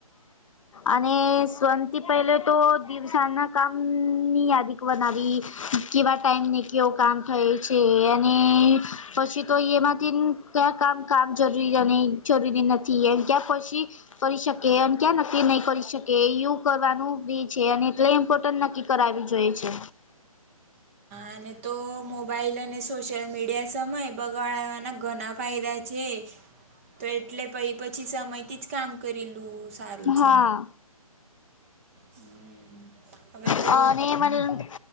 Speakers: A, on the left; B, on the right.
A: અને સૌથી પહેલે તો દિવસના કામની યાદી બનાવી કેવા ટાઈમ ને કેવું કામ થાય છે, અને પછી તો એમાંથી કયા કામ કામ જરૂરી <unintelligible> જરૂરી નથી એમ ક્યાં પછી કરી શકે અને ક્યાં નક્કી નહી કરી શકે એવુ કરવાનું બી છે અને એટલે ઇમ્પોર્ટન્ટ નક્કી કરાવી જોઈએ છે.
B: અને તો મોબાઈલ અને સોશિયલ મીડિયા સમયે બગાડવાના ઘણા <unintelligible> છે. <inaudible> તો એટલે પ પછી સમયથી જ કામ કરેલું સારું છે.
A: હા
B: હમ્મ હવે તો
A: અને મને